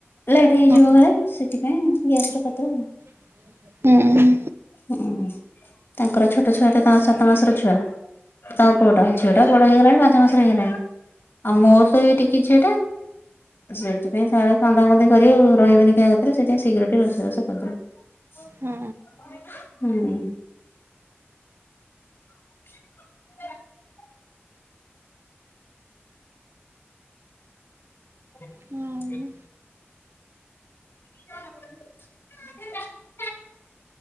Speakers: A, on the left; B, on the right.
A: ଲେଟ୍ ହେଇଯିବ
B: ହୁଁ
A: କାଳେ। ସେଥିପାଇଁ ଗ୍ୟାସ୍ ରେ କରିଦଉ।
B: ହୁଁ।
A: ହଁ ତାଙ୍କର ଛୋଟ ଛୁଆଟା ତାଙ୍କ ସାତ ମାସର ଛୁଆ। ତାଙ୍କ ପୁଅଟା ଝିଅଟା ବଡ଼ ହେଇଗଲାଣି ପାଞ୍ଚ ମାସର ହେଇଗଲାଣି। ଆଉ ମୋ ତ ଏଇ ଟିକି ଝିଅଟା। ସେଥିପାଇଁ କାଳେ କନ୍ଦାକନ୍ଦି କରିବେ ରହିବେନି କାହା କତିରେ। ସେଥିପାଇଁ ଶୀଘ୍ର ଟିକେ ରୋଷଇବାସ କରିଦୋଉ। ହୁଁ।
B: ହୁଁ
A: <unintelligible> <unintelligible>
B: ହୁଁ
A: <unintelligible>